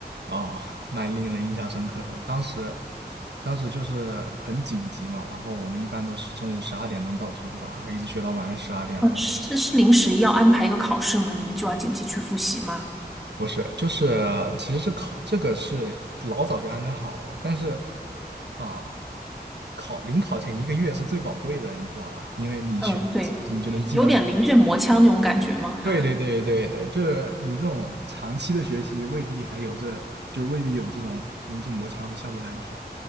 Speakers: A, on the right; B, in the centre.
A: 哦蛮令人印象深刻的。当时当时就是很紧急嘛，然后我们一般都是中午十二点钟到图书馆，然后一直学到晚上十二点，
B: 嗯，
A: 然后。
B: 是是临时要安排一个考试吗？你们就要紧急去复习吗？
A: 不是，就是其实这考这个是老早就安排好了，但是啊、考临考前一个月是最宝贵的，你知道吧？因为你学到知识，
B: 嗯，对，
A: 你就能记到
B: 有有点临阵磨枪那种感觉吗？
A: <laughs>。对对对对对，就是你这种长期的学习，未必还有这，就未必有这种临阵磨枪的效果来得好。